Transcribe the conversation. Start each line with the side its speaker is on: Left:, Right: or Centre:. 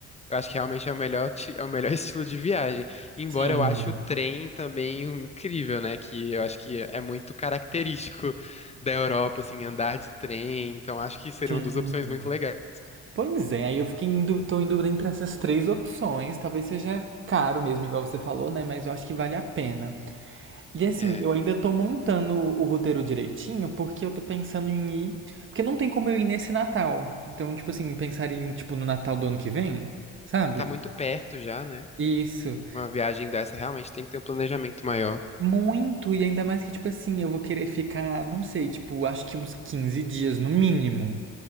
Left: Eu acho que realmente é o melhor, ti- é o melhor <laughs> estilo de viagem. Embora
Right: sim,
Left: eu ache o trem também incrível, né? Que eu acho que é muito característico da Europa, assim, andar de trem. Então acho que seria
Right: sim.
Left: uma das opções muito legais.
Right: Pois é, aí eu fiquei em dú- tô em dúvida entre essas três opções. Talvez seja caro mesmo, igual você falou, né? Mas eu acho que vale a pena. E assim,
Left: É,
Right: eu ainda tô montando o roteiro direitinho, porque eu tô pensando em ir. Porque não tem como eu ir nesse Natal. Então, tipo assim, pensar em, tipo, no Natal do ano que vem, sabe?
Left: tá muito perto já, né?
Right: Isso.
Left: Uma viagem dessa realmente tem que ter um planejamento maior.
Right: Muito, e ainda mais que, tipo assim, eu vou querer ficar, não sei, tipo, acho que uns 15 dias no mínimo.